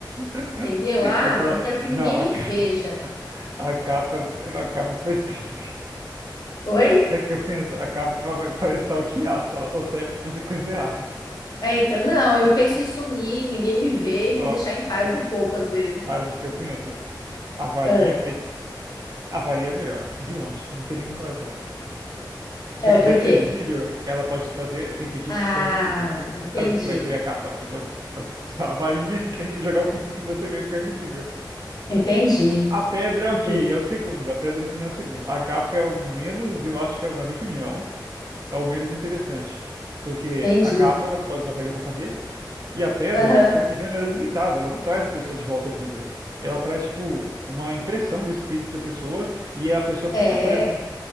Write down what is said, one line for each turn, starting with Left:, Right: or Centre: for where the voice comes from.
Right: <laughs>
Left: entendeu? Ah,
Right: Eu tô-
Left: não quero que ninguém
Right: Não,
Left: me
Right: a capa,
Left: veja.
Right: <laughs> a capa, a capa pra stalkear.
Left: Oi?
Right: Sabe o que eu penso? A capa pra, pra stalkear só, só serve pra fazer coisa errada.
Left: Eita, não, eu penso em sumir, ninguém me vê e me
Right: Ó,
Left: deixar em paz um pouco às vezes.
Right: sabe o que que eu penso? A varinha
Left: É,
Right: faz. A varinha é melhor, de longe, não tem nem comparação. Se
Left: é
Right: você quiser
Left: por
Right: ficar
Left: quê?
Right: invisível, ela pode fazer. Tem feitiço
Left: Ah,
Right: de ficar invisível.
Left: entendi,
Right: para que que você vai querer a capa? Você pode, você pode usar a varinha <laughs> e cair- jogar o feitiço em você mesmo, ficar invisível.
Left: entendi,
Right: A pedra,
Left: ente-
Right: é ok, é o segundo. A pedra, na minha opinião, é o segundo. A capa é o menos, eu acho que é, na minha opinião. é o menos interessante. Porque
Left: entendi.
Right: a capa você pode usar varinha pra fazer, e a pedra,
Left: Aham,
Right: se eu não me engano, ela é limitada, ela não traz a pessoa de volta à vida. Ela traz, tipo, uma impressão do espírito da pessoa e a pessoa fica
Left: é,
Right: sofrendo.